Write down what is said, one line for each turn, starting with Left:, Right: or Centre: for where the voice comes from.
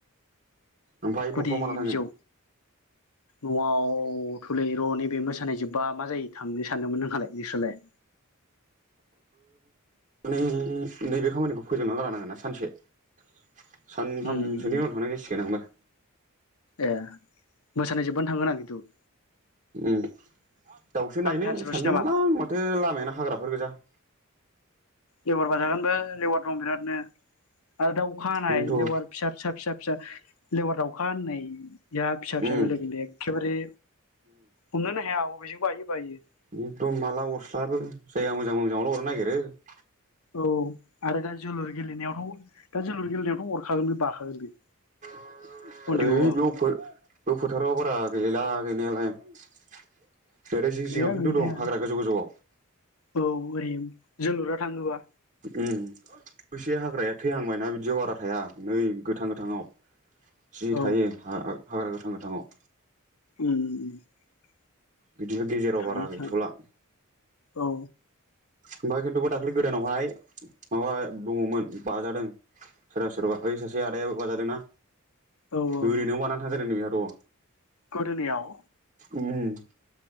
Right: ओमफ्राय न'फ्राव
Left: गुदि
Right: माला थाङो
Left: बिजौ नआव थलै र नैबे मोसानाय जोब्बा मा जायो थांनो सानदोंमोन, नोंहालाय नोंसोरलाय?
Right: नैबे खामानिखौ फोजोबना लानांगोना सानसे । सानथामसोनि
Left: उम उम
Right: उनाव थांनाय जासिगोन आंबो ।
Left: ए मोसानाय जोबबानो थांगोन आं खिन्थु ।
Right: ओम दाउसो नायनो
Left: सानसेल'सै
Right: सानदोंमोनलां
Left: नामा?
Right: माथो लामायानो हाग्राफोर गोजा ।
Left: लेवार बाजागोन लेवार दं बिरादनो । आरो दाव खानाय
Right: बेनोथ'
Left: लेवार फिसा फिसा फिसा फिसा लेवार दावखा होननाय या फिसा फिसा
Right: उम
Left: गोरलै गोरलै एखेबारे हमनोनो हाया अबेजों बायो बायो ।
Right: एखदम माला अरस्लाबो जायगा मोजां मोजाङावल अरनो नायगिरो ।
Left: औ आरो दा जोलुर गेलेनायावथ दा जोलुर गेलेनायावथ अरखागोन बे बाखागोन बे
Right: ओइ
Left: सन्देह' आं
Right: बेयाव फो बेयाव फोथाराव बारा गैला गैनायालाय । ओरै जिं
Left: गैया
Right: जिङाव खिन्थु
Left: गैनाया
Right: दं हाग्रा गोजौ गोजौवाव ।
Left: औ ओरै जोलुरा थाङोबा
Right: उम बैसे हाग्राया थैहांबायना बिदियाव बारा थाया नै गोथां गोथांङाव । जि
Left: औ
Right: थायो हा <unintelligible> हाग्रा गोथां गोथांङाव
Left: उम
Right: बिदिनो गेजेराव
Left: थायो
Right: बारा गैथ'ला
Left: था औ
Right: ओमफाय खिन्थुबा दाख्लै गोदानावहाय माबा दङमोन बाजादों सोरबा सोरबा बै सासे आदायाबो बाजादों ना
Left: औ औ
Right: ओरैनो नवाव बानानै थांजादों नो बेहा द'
Left: गोदोनायाव
Right: उम